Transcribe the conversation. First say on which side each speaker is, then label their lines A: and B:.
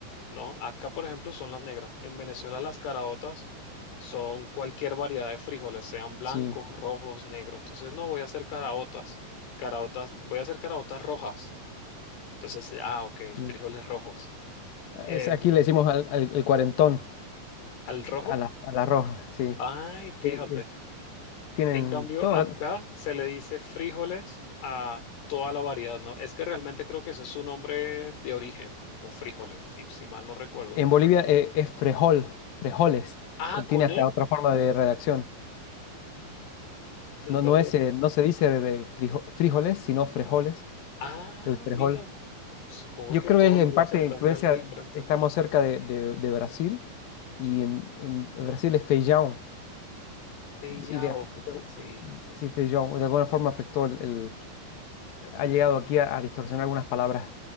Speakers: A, on the left; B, on the left.
A: ¿no? Acá, por ejemplo, son las negras. En Venezuela, las caraotas son cualquier variedad de frijoles, sean blancos,
B: Sí.
A: rojos, negros. Entonces, no voy a hacer caraotas, caraotas, voy a hacer caraotas rojas. Entonces, ah, ok,
B: Mm.
A: frijoles rojos. em,
B: Es, aquí le decimos al, al- el cuarentón,
A: al rojo.
B: a la, a la roja, sí. Eh,
A: Ay, fíjate.
B: eh, tienen
A: En cambio,
B: todo.
A: acá se le dice frijoles a toda la variedad, ¿no? Es que realmente creo que ese es su nombre de origen, como frijoles, si, si mal no recuerdo.
B: En Bolivia
A: Real-
B: eh, es frejol, frejoles.
A: Ah,
B: Contiene
A: con
B: hasta
A: E.
B: otra
A: <laughs>
B: forma de redacción.
A: Es en
B: No,
A: vez
B: no
A: de...
B: es, eh, no se dice eh, frijo- frijoles, sino frejoles,
A: Ah,
B: el frejol.
A: mira, ¿no? supongo
B: Yo
A: que
B: creo
A: todos
B: que es en
A: los días
B: parte
A: se aprende
B: influencia,
A: algo diferente.
B: estamos cerca de, de- de Brasil y en, en Brasil es feijão.
A: Pellao,
B: y de,
A: sí.
B: de- sí, fui yo, de alguna forma afectó el, el- ha llegado aquí a, a distorsionar algunas palabras.